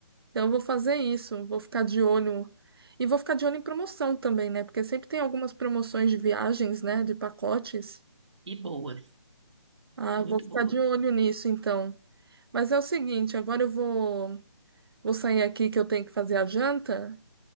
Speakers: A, on the right; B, on the right.
A: Então eu vou fazer isso, vou ficar de olho. E vou ficar de olho em promoção também, né? Porque sempre tem algumas promoções de viagens, né, de pacotes.
B: E boas,
A: Ah, eu
B: muito
A: vou ficar
B: boas.
A: de olho nisso então. Mas é o seguinte, agora eu vou, vou sair aqui que eu tenho que fazer a janta.